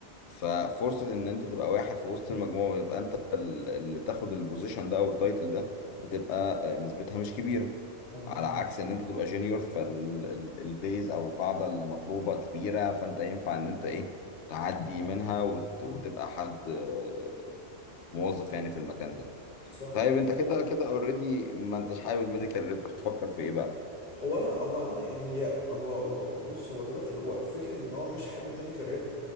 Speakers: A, on the left (about 80°); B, on the left (about 35°).
A: ففرصة إن أنت تبقى واحد في وسط المجموعة ويبقى أنت ال- اللي تاخد البوزيشن ده أو التايتل ده بتبقى آه، نسبتها مش كبيرة
B: اه
A: على عكس إن أنت تبقى جونيور فالبيز أو القاعدة المطلوبة كبيرة فأنت ينفع إن أنت إيه تعدي منها وت- وتبقى حد آه، موظف يعني في المكان ده
B: صح
A: طيب أنت كده كده أوريدي ما أنتش حابب الميديكال ريب بتفكر في إيه بقى؟
B: هو انا هو انا يعني هي هو هو- بص هو دلوقتي هو فكره ان هو مش حابب ميديكال ريب